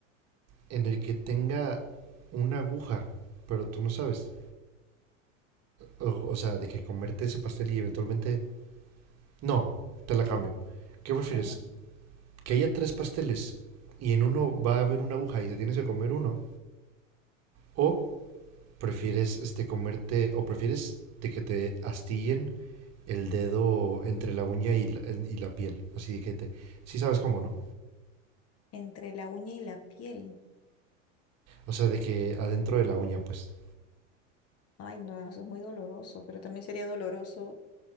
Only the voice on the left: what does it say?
a ver.
Entre la uña y la piel.
Ay, no, eso es muy doloroso, pero también sería doloroso